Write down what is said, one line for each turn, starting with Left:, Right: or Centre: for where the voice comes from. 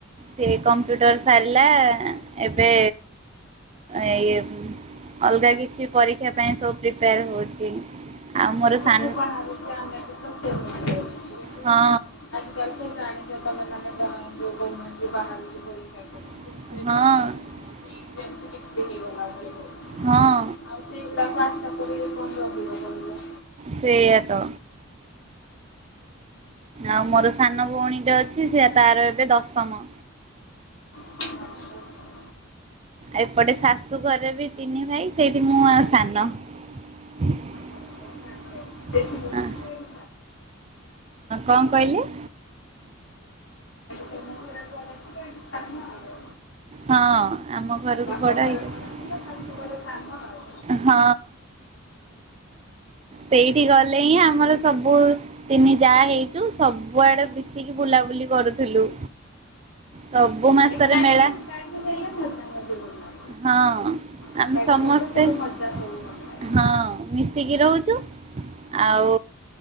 Right: ସିଏ କମ୍ପ୍ୟୁଟର ସାରିଲା ଏବେ ଏ ଅଲଗା କିଛି ପରୀକ୍ଷା ପାଇଁ ସବୁ ପ୍ରିପେୟାର ହଉଛି ଆଉ ମୋର ସାନ
Left: ଗ୍ରୁ ବାହାରୁଛି ଆମେ ଡିଟୋ ସେମ ଦେଖାଯାଉଛି।
Right: ହଁ
Left: ଆଜ କାଲି ତ ଜାଣି ଚ ତମେ ମାନେ ଯୋଉ ଗଭମେଣ୍ଟରୁ ବାହାରୁଛି ପରୀକ୍ଷା ସବୁ
Right: ହଁ।
Left: କେତେ ମାନେ ସିଟ୍ ଯେମିତି ବି ହେଇଗଲା ଭଳି ହଉଛି
Right: ହଁ
Left: ଆଉ ସେଗୁଡାକ ଆସ କେବେକେବେ ଫୋନ କରିବ କହିଲ?
Right: ସେଇଆ ତ ଆଉ ମୋର ସାନ ଭଉଣୀଟ ଅଛି ସେ ତାର ଏବେ ଦଶମ।
Left: କହିଲ?
Right: ଏପଟେ ଶାଶୁ ଘରେ ବି ତିନି ଭାଇ ସେଇଠି ମୁଁ ଆ ସାନ ହଁ
Left: ସେଠି ରହୁଥିଲୁ ଏଠି
Right: କଣ କହିଲେ?
Left: କହିଲି ତମ ଘରେ ବଡ଼ ଥିଲା ଏଠି ସାନ ଆଉ।
Right: ହଁ ଆମ ଘରକୁ
Left: ବାପ
Right: ବଡ
Left: ଘରେ
Right: ହେଇଗଲି।
Left: ବଡ଼ ଥିଲା ଶାଶୁ ଘରେ ସାନ ଆଉ।
Right: ହଁ। ସେଇଠି ଗଲେ ହିଁ ଆମର ସବୁ ତିନି ଯାଆ ହେଇଛୁ ସବୁଆଡେ ମିଶିକି ବୁଲାବୁଲି କରୁଥିଲୁ ସବୁ ମାସରେ
Left: ଏକାଠି
Right: ମେଳା
Left: ଏକାଠି ହେଲେ <inaudible>
Right: ହଁ
Left: ଏକାଠି
Right: ଆମେ ସମସ୍ତ
Left: ହେଲେ ସବୁ
Right: ତେ
Left: ମଜା ସବୁ ଭଲ ଲାଗେ।
Right: ହଁ ମିଶିକି ରହୁଛୁ ଆଉ